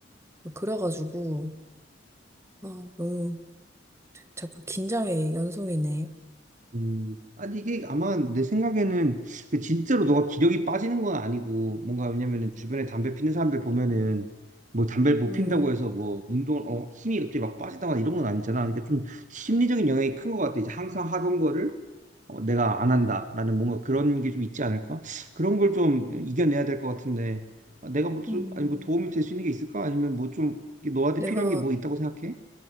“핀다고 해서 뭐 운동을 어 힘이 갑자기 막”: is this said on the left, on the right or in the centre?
Right